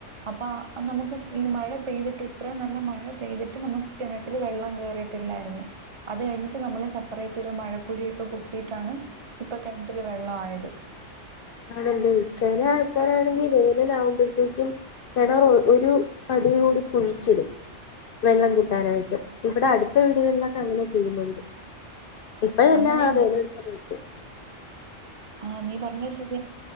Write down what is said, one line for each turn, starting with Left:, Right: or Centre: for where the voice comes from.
Right: അപ്പൊ നമുക്ക് ഈ മഴ പെയ്തിട്ട് ഇത്രയും നല്ല മഴ പെയ്തിട്ട് നമുക്ക് കെണറ്റില് വെള്ളം കേറീട്ടില്ലായിരുന്നു. അത് കഴിഞ്ഞിട്ട് നമ്മള് സെപ്പറേറ്റ് ഒരു മഴക്കുഴിയൊക്കെ കുത്തിട്ടാണ് ഇപ്പ കെണറ്റില് വെള്ളായത്.
Left: ആണല്ലേ? ചെല ആൾക്കാരാണെങ്കി വേനലാവുമ്പഴത്തേക്കും കെണർ ഒരു പടി കൂടി കുഴിച്ചിടും വെള്ളം കിട്ടാനായിട്ട്. ഇവിടെ അട്ത്ത വീട്കളിലൊക്കെ അങ്ങനെ ചെയ്യുന്നുണ്ട്. ഇപ്പഴെല്ലാ
Right: അങ്ങനെ
Left: വേനൽ സമയത്ത്
Right: ആഹ് നീ പറഞ്ഞത് ശരിയ